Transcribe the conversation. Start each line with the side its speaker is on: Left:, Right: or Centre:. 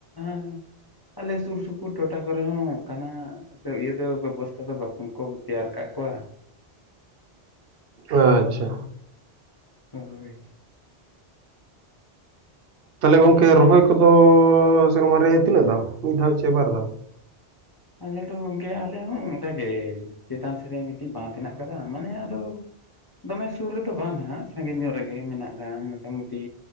Left: <unintelligible> ᱟᱞᱮ ᱥᱩᱨ ᱥᱩᱯᱩᱨ ᱴᱚᱴᱷᱟ ᱠᱚᱨᱮ ᱦᱚᱸ ᱚᱝᱠᱟᱱᱟᱜ ᱥᱮ ᱤᱭᱟᱹ ᱫᱚ ᱵᱮᱵᱚᱥᱛᱷᱟ ᱫᱚ <unintelligible> ᱠᱚ ᱛᱮᱭᱟᱨ ᱟᱠᱟᱜ ᱠᱚᱣᱟ
Right: ᱟᱪᱪᱷᱟ
Left: ᱦᱳᱭ
Right: ᱛᱟᱦᱚᱞᱮ ᱜᱚᱢᱠᱮ ᱨᱚᱦᱚᱭ ᱠᱚᱫᱚ ᱥᱮᱨᱢᱟ ᱨᱮ ᱛᱤᱱᱟᱹᱜ ᱫᱷᱟᱣ ᱢᱤᱫ ᱫᱷᱟᱣ ᱪᱮ ᱵᱟᱨ ᱫᱷᱟᱣ
Left: ᱟᱞᱮ ᱫᱚ ᱜᱚᱝᱠᱮ ᱟᱞᱮ ᱦᱚᱸ ᱚᱱᱠᱟᱜᱮ ᱪᱮᱛᱟᱱ ᱥᱮᱨᱮ ᱢᱤᱫᱴᱤᱡ ᱵᱟᱸᱫᱷ ᱢᱮᱱᱟᱜ ᱛᱟᱞᱮᱭᱟ ᱢᱟᱱᱮ ᱟᱫᱚ ᱫᱚᱢᱮ ᱥᱩᱨ ᱨᱮᱫᱚ ᱵᱟᱝ ᱦᱟᱸᱜ ᱥᱟᱸᱜᱤᱧ ᱧᱚᱜ ᱨᱮᱜᱮ ᱢᱮᱱᱟᱜ-ᱟ ᱠᱟᱜ ᱢᱚᱴᱟᱢᱩᱴᱤ